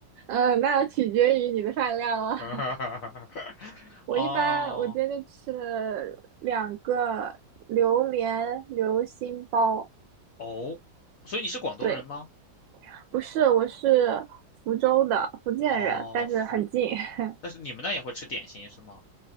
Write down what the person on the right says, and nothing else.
嗯，那要取决于你的饭量了。<laughs>
我一般我今天就吃了两个榴莲流心包。
对，不是，我是福州的福建人，
但是很近。
<laughs>